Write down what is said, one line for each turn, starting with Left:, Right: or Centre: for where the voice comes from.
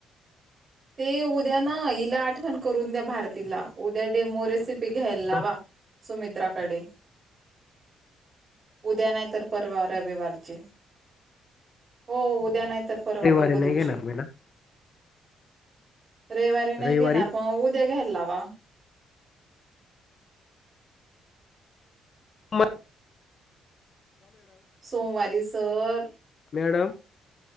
Right: ते उद्या ना हिला आठवण करून द्या भारतीला उद्या डेमोरेसि घ्याय लावा
Left: का
Right: सुमित्राकडे उद्या नाही तर परवा रविवारचे हो उद्या नाही इ तर परवा
Left: रविवारी
Right: दोघ
Left: नाही
Right: दिवशी
Left: घेणार मॅडम
Right: रविवारी नाही
Left: रविवारी
Right: घेणार पण उद्या घ्याला. लावा <unintelligible>
Left: म
Right: सोमवारी सर,
Left: मॅडम